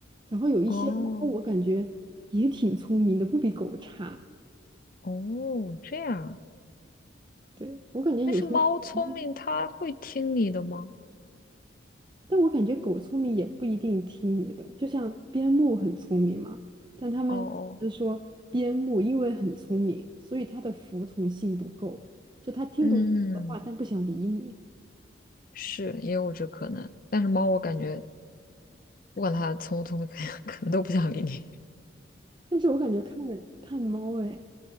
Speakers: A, on the right; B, on the left.
A: 然后有一些猫，
B: 哦
A: 我感觉也挺聪明的，不比狗差。
B: 哦，这样啊。
A: 对，我感觉有些，
B: 但是猫聪明，
A: 嗯，
B: 它会听你的吗？
A: 但我感觉狗聪明也不一定听你的，就像边牧很聪明嘛，但他们是说边牧因为很聪明，
B: 哦哦，
A: 所以它的服从性不够，就它听懂你说的话，
B: 嗯，
A: 但不想理你。
B: 是也有这可能。但是猫，我感觉不管它聪不聪明，<laughs> 可能可能都不想理你。
A: 但是我感觉看看猫，哎，